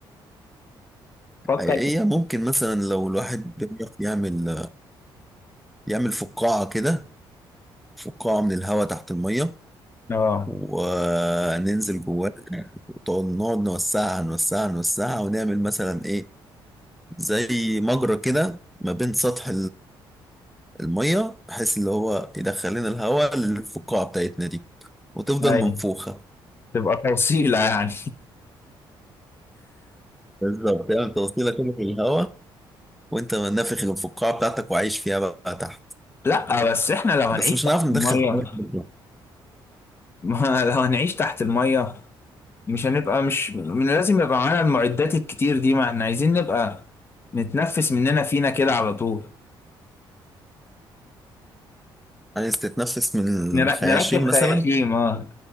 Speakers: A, on the left; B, in the centre.
A: فكر
B: حقيقية ممكن مثلا لو الواحد بيعرف يعمل يعمل فقاعة كده فقاعة من الهواء تحت المية
A: اه
B: وننزل جواها وتقعد- نقعد نوسعها نوسعها نوسعها ونعمل مثلا ايه زي مجرى كده ما بين سطح المية بحيث اللي هو يدخل لنا الهواء للفقاعة بتاعتنا دي وتفضل
A: أيوة.
B: منفوخة
A: تبقى توصيلة يعني
B: بالظبط تعمل توصيلة كده في الهواء وانت نافخ الفقاعة بتاعتك وعايش فيها بقى تحت
A: <laughs> لا بس احنا لو هنعيش
B: بس مش
A: تحت
B: هنعرف ندخل
A: المية
B: هواء بره.
A: ما <laughs> لو هنعيش تحت المية مش هنبقى مش من لازم يبقى معانا المعدات الكتير دي ما احنا عايزين نبقى نتنفس مننا فينا كده على طول
B: عايز تتنفس من
A: نر-
B: الخياشيم
A: نركب
B: مثلا
A: خياشيم اه